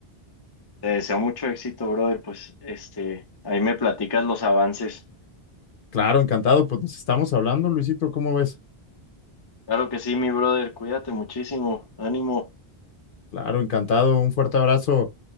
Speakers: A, on the left; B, on the left.
A: Te deseo mucho éxito, brother. Pues, este, ahí me platicas los avances.
B: Claro, encantado, pues nos estamos hablando, Luisito, ¿cómo ves?
A: Claro que sí, mi brother. Cuídate muchísimo. Ánimo.
B: Claro, encantado, un fuerte abrazo.